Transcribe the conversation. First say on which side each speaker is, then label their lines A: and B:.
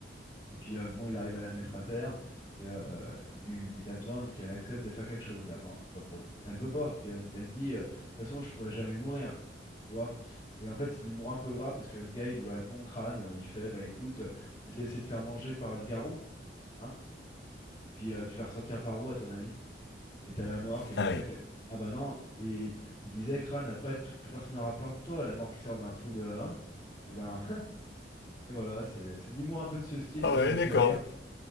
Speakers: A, on the left; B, on the left.
A: Et puis euh, bon, il arrive à la mettre à terre et euh, il, lui- il a besoin de- qu'elle accepte de faire quelque chose, la mort, tu vois, pour lui. Mais elle veut pas. Puis elle, elle dit, euh, de toute façon, je pourrais jamais mourir, tu vois. Et en fait, c'est de l'humour un peu gras parce que le gars, il lui répond crâne, il fait, bah écoute, je vais te laisser te faire manger par le garrot, hein. Et puis euh, tu vas ressortir par où, à ton avis? Et t'as la mort qui est comme
B: Ah
A: ça
B: oui.
A: que, ah bah non. Et il disait crâne, après, tout, plus personne n'aura peur de toi, la mort qui sort d'un trou de, hein. Et ben, <laughs> et voilà, c'est c'est de l'humour un peu de ce style.
B: Ah
A: Moi,
B: ouais,
A: ça me fait
B: d'accord.
A: rire.